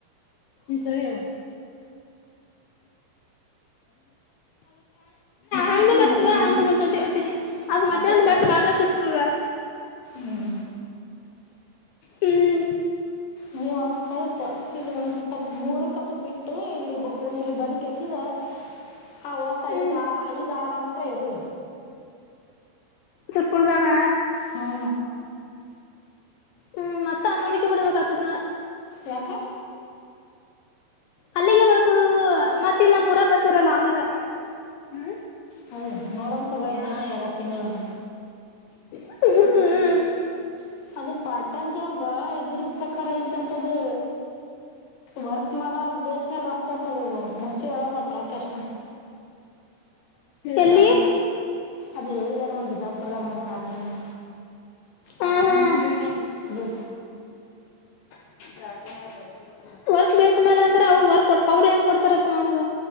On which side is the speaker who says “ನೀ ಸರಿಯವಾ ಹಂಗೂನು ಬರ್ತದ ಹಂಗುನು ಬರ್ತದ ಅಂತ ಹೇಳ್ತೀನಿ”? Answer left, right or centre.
Left